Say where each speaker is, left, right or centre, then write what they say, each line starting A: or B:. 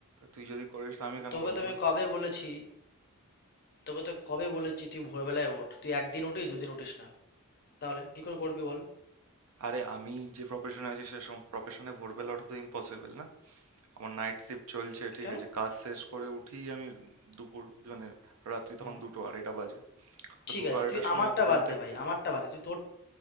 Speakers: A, on the right (about 70°); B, on the left (about 45°).
A: তুই যদি করিস তো আমি কেন
B: তোকে
A: করব
B: তো আমি
A: না
B: কবে বলেছি তোকে তো কবে বলেছি তুই ভোরবেলায় ওঠ তুই একদিন উঠিস দুদিন উঠিস না তাহলে কি করে করবি বল
A: আরে আমি যে প্রফেশনে আছি সে প্রফেশনে ভোরবেলা ওঠা তো ইম্পসিবল না আমার নাইট শিফট চলছে ঠিক
B: কেন
A: আছে কাজ শেষ করে উঠি আমি দুপুর মানে রাত্রি তখন
B: হুম
A: দুটো আড়াইটা বাজে তো
B: ঠিক
A: দুটো
B: আছে
A: আড়াইটার
B: তুই
A: সময়
B: আমারটা
A: ঘুমোতে
B: বাদ দে ভাই
A: গিয়ে
B: আমারটা বাদ দে তুই তোর